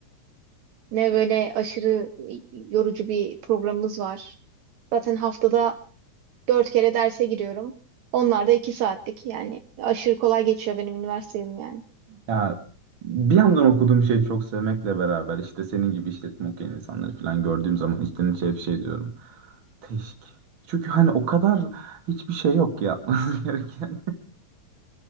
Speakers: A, on the right (about 70°); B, on the right (about 45°).
A: ne böyle aşırı yorucu bir programımız var. Zaten haftada dört kere derse giriyorum. Onlar da iki saatlik yani aşırı kolay geçiyor benim üniversitem yani.
B: Ya bir yandan okuduğum şeyi çok sevmekle beraber işte senin gibi işletme okuyan insanları falan gördüğüm zaman içten içe hep şey diyorum. Teşk. Çünkü hani o kadar hiçbir şey yok ki yapması <laughs> gereken.